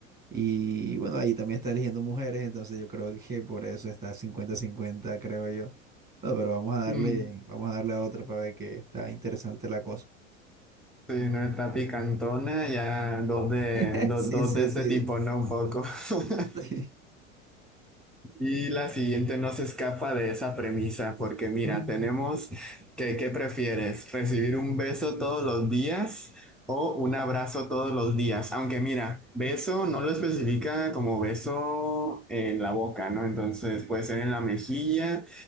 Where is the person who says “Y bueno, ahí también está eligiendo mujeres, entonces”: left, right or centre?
Right